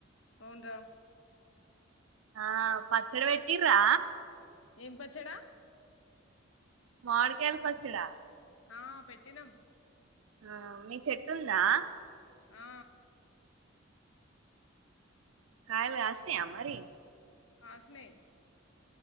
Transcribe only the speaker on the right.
ఆ పచ్చడి పెట్టిరా
మామిడికాయల పచ్చడా
ఆహా మీ చెట్టుందా
కాయలు కాసినియా మారి